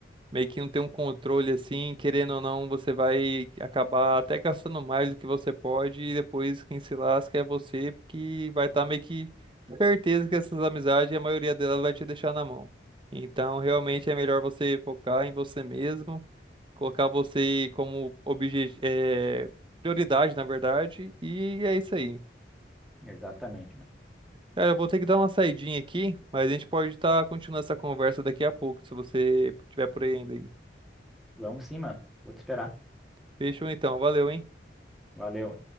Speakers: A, on the right; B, in the centre.
A: meio que não tem um controle assim, querendo ou não, você vai acabar até gastando mais do que você pode e depois quem se lasca é você, porque vai estar meio que certeza que essas amizades, a maioria delas vai te deixar na mão. Então, realmente é melhor você focar em você mesmo, colocar você como obje é, prioridade, na verdade, e é isso aí.
B: Exatamente, mano.
A: Cara, eu vou ter que dar uma saidinha aqui, mas a gente pode estar continuando essa conversa daqui a pouco, se você tiver por aí ainda aí.
B: Vamos sim, mano. Vou te esperar.
A: Fechou então, valeu, hein?
B: Valeu.